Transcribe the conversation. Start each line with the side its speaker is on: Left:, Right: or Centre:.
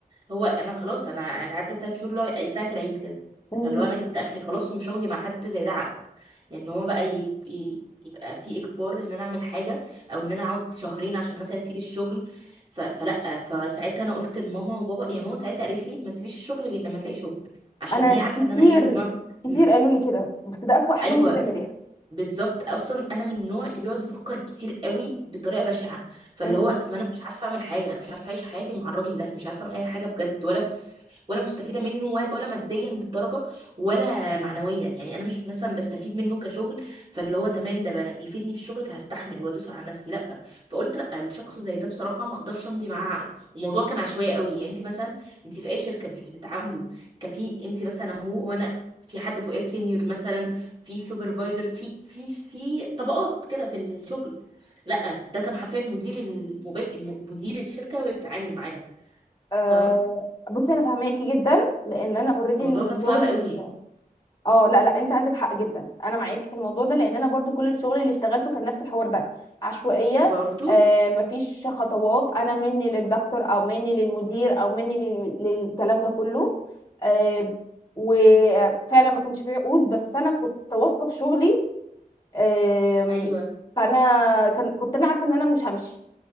Right: هو انا خلاص انا عدى ثلاث شهور اللي هو أي ساعة العيد كده
Left: مم.
Right: فاللي هو انا جبت اخري خلاص ومش همضي مع حد زي ده عقد يعني هو بقى يب- ي- يبقى في اجبار ان انا اعمل حاجة او ان انا اقعد شهرين عشان مثلا اسيب الشغل ف... فلا فساعتها انا قلت لماما وبابا يعني ماما ساعتها قالت لي ما تسيبيش الشغل غير لما تلاقي شغل عشان
Left: انا
Right: هي
Left: كتير
Right: عارفة ان انا ايه من نوع
Left: كتير
Right: إنه-
Left: قالوا لي كده بس ده اسوأ حاجه
Right: ايوه
Left: ممكن تعمليها
Right: بالظبط اصلا انا من النوع اللي بيقعد يفكر كتير قوي بطريقه بشعه فاللي
Left: مم.
Right: هو طب ما انا مش عارفه اعمل حاجه انا مش عارفه اعيش حياتي مع الراجل ده مش عارفه اعمل اي حاجه بجد ولا في ولا مستفيده منه و- ولا ماديا للدرجه ولا معنويا يعني انا مش مثلا بستفيد منه كشغل فاللي هو تمام ده بنا- بيفيدني في الشغل فهستحمل وادوس على نفسي لا فقلت لا الشخص زي ده بصراحه ما اقدرش امضي معاه عقد الموضوع كان عشوائي قوي يعني انت مثلا انت في اي شركه مش بتتعاملوا كفي انت مثلا هو وانا في حد فوقيه سينيور مثلا في سوبرفايزر في في في طبقات كده في الشغل لا ده كان حرفيا مدير الموبا... الم- مدير الشركه وهي بتتعامل معانا
Left: أه
Right: فاهمه
Left: بصي
Right: ف-
Left: انا فاهماكي جدا لان انا اوريدي
Right: الموضوع
Left: الشغل
Right: كان صعب قوي
Left: اه لا لا انت عندك حق جدا انا معاكي في الموضوع ده لان انا برضو كل الشغل اللي اشتغلته كان نفس الحوار ده عشوائيه
Right: برضو
Left: أه مفيش خطوات انا مني للدكتور او مني للمدير او مني لل- للكلام ده كله أه وفعلا ما كانش فيه عقود بس انا كنت واثقه في شغلي أه
Right: ايوه
Left: فانا كان كنت انا عارفه ان انا مش همشي